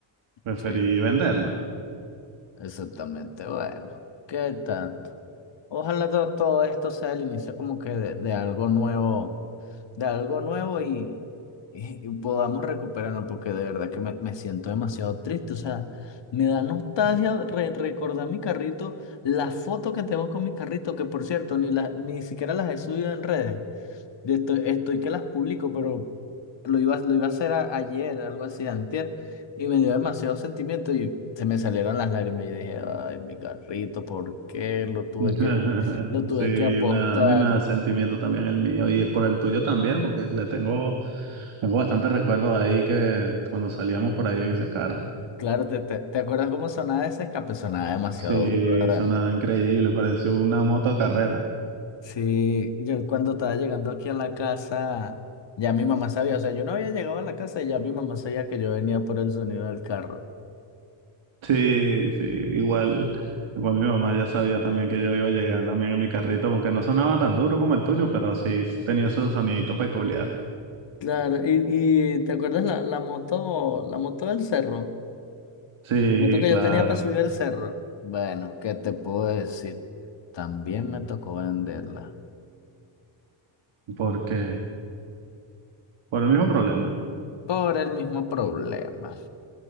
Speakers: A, on the right; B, on the left.
A: Preferí
B: Sí.
A: venderlo.
B: Exactamente, bueno, ¿qué tanto? Ojalá to- todo, esto sea el inicio como que de, de algo nuevo, de algo nuevo y, y- y podamos recuperarnos, porque de verdad que me, me siento demasiado triste, o sea, me da nostalgia re- recordar mi carrito, las fotos que tengo con mi carrito, que por cierto, ni, la, ni siquiera las he subido en redes de esto estoy que las publico, pero lo iba, lo iba a hacer a- ayer, algo así, antier, y me dio demasiado sentimiento y se me salieron las lágrimas. Yo dije, ay, mi carrito, ¿por qué lo tuve
A: <laughs>
B: que, lo tuve
A: Sí,
B: que apostar?
A: me da- a mí me da sentimiento también el mío y por el tuyo también, porque le tengo, tengo bastantes recuerdos ahí que cuando salíamos por ahí en ese carro.
B: Claro, ¿te, te, te acuerdas cómo sonaba ese escape? Sonaba demasiado
A: Sí,
B: duro, ¿verdad?
A: sonaba increíble, pareció una moto carrera.
B: Sí, yo cuando estaba llegando aquí a la casa, ya mi mamá sabía, o sea, yo no había llegado a la casa y ya mi mamá sabía que yo venía por el sonido del carro.
A: Sí, sí, igual, igual mi mamá ya sabía también que yo iba a llegar también en mi carrito, aunque no sonaba tan duro como el tuyo, pero sí tenía su sonidito peculiar.
B: Claro, y, y ¿te acuerdas la, la moto, la moto del cerro?
A: Sí,
B: La moto que
A: claro,
B: yo tenía para subir el cerro. Bueno, ¿qué te puedo decir? También me tocó venderla
A: porque por el mismo problema.
B: por el mismo problema,